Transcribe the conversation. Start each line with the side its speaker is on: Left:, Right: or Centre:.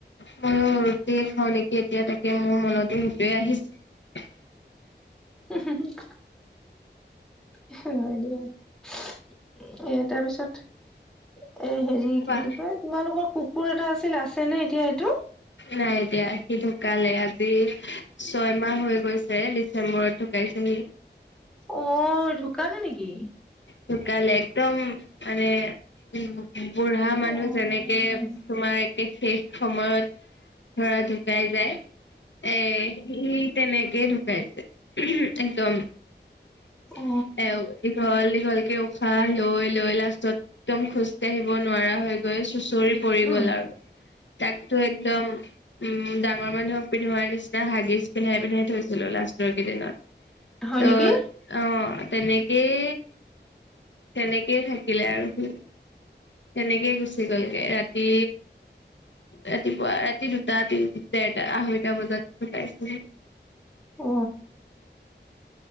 Left: ময়ো ৰুটিয়ে খাওঁ নেকি এতিয়া তাকে মোৰ মনতো সেইটোৱে আহিছে।
Centre: হা হা হা <unintelligible> এ তাৰপিছত এ হেৰি
Left: কোৱা
Centre: কি বুলি কয় তোমালোকৰ কুকুৰ এটা আছিল আছে নে এতিয়া সেইটো?
Left: নাই এতিয়া সি ঢুকালে আজি ছয়মাহ হৈ গৈছে ডিচেম্বৰত ঢুকাইছে সি।
Centre: অ <unintelligible> ঢুকালে নেকি
Left: ঢুকালে একদম মানে <unintelligible> বুঢ়া মানুহ
Centre: উম
Left: যেনেকে তোমাৰ <unintelligible> শেষ সময়ত ধৰা ঢুকাই যায় এ <unintelligible> তেনেকেই ঢুকাইছে একদম। <unintelligible>
Centre: অ
Left: দীঘল দীঘল উশাহ লৈ লৈ লাষ্টত একদম খোজকাঢ়িব নোৱাৰা হৈ গৈ <unintelligible> <unintelligible> পৰি
Centre: উম
Left: গ'ল আৰু তাকটো একদম উম ডাঙৰ মানুহক পিন্ধোৱাৰ নিচিনা হাগিজ পিন্ধাই পিন্ধাই থৈছিলো লাষ্টৰ কেইদিনত।
Centre: হয়
Left: ত
Centre: নেকি?
Left: অ তেনেকেই তেনেকেই থাকিলে আৰু সি। তেনেকেই গুচি গ'লগে ৰাতি ৰাতিপুৱা ৰাতি দুটা দেৰটা আঢ়ৈটা বজাত ঢুকাইছিল।
Centre: অ